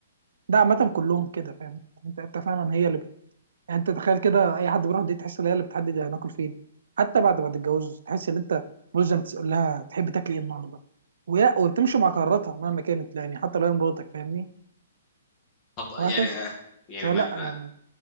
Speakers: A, on the right; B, on the left.
A: ده عامة كلهم كده فاهم يعني انت انت فعلا هي اللي بت... يعني انت تخيل كده اي حد بيروح دي تحس ان هي اللي بتحدد هناكل فين حتى بعد ما تتجوزوا تحس ان انت ملزم تقول لها تحب تاكل ايه النهارده ويا وبتمشي مع قراراتها مهما كانت يعني حتى لو هي مراتك فاهمني
B: طب
A: وهكذا
B: يعني آه، يعني
A: فلا
B: ما
A: يعني
B: ما-